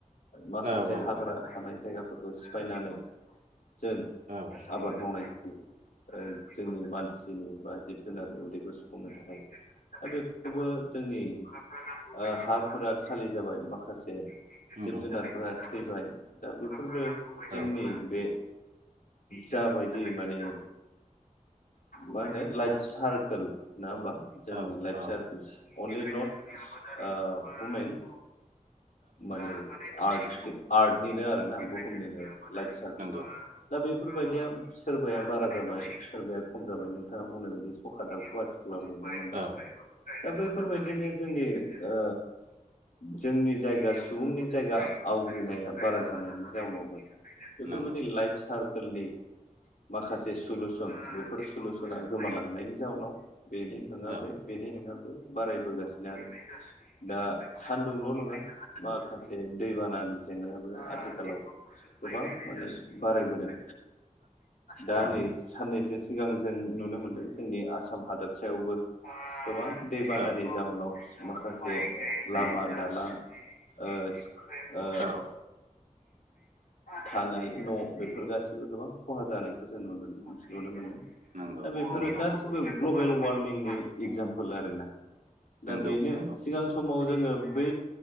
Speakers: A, on the left (about 85°); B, on the right (about 75°).
A: माखासे
B: औ औ
A: हाग्रा
B: औ
A: थानाय जायगाफोरखौ सिफायनानै जों
B: औ
A: आबाद मावनाय ओ जोंनि मानसि मानसिनि बा जिब जुनारनि उदैखौ सुफुंनो थाखाय दा बेफोरबो जोंनि ओ हाफोरा खालि जाबाय माखासे से
B: नंगौ
A: जिब जुनारफोरा थैबाय दा बेफोरबो जोंनि
B: औ
A: बे जाबायदि माने मा होनो लाइफ सारकोल नङा होमबा जोंनि
B: औ
A: लाइफ
B: औ
A: सारकोलस। अनलि नटस ओ वमेनस माने आर्ट आर्टनिनो आरोना बुहुमनिनो लाइफ सारकोल
B: नंगौ
A: दा बे बेफोरबायदिया सोरबाया बारा जाबाय सोरबाया खम जाबाय नोंथाङा बुंनाय बायदि सका दावथु आथि खालाव नुनो मोनला
B: औ
A: दा बैफोरबायदिनो जोंनि ओ जोंनि जायगा सुबुंनि जायगा आवग्रिनाया बारा जानायनि जाउनावबो बेफोरबायदि
B: नंगौ
A: लाइफ सारकोलनि माखासे सलुसन बे बेफोर सलुसना गोमालांनायनि जाउनाव बेनि नङा
B: औ
A: बे बेनि नङा बारायबोगासिनो आरो। दा सान्दुंल' नङा माखासे दैबानानि जेंनायाबो आथिखालाव गोबां माने बारायबोदों दा
B: औ
A: नै साननैसो सिगां जों नुनो मोनदों। जोंनि आसाम हादबसायावबो गोबां दैबानानि
B: औ
A: जाउनाव माखासे लामा,
B: नंगौ
A: दालां ओ ओ
B: औ
A: थानाय न' बेफोर गाससिबो गोबां खहा जानायखौ जों नुनो मोनो नुनो मोनदों
B: नंगौ
A: दा बेफोरो
B: नंगौ नोंथां
A: गासिबो ग्लबेल वारमिंनि एगजामपोल आरो ना दा
B: नंगौ
A: बेनो
B: नंगौ
A: सिगां समाव जोङो बै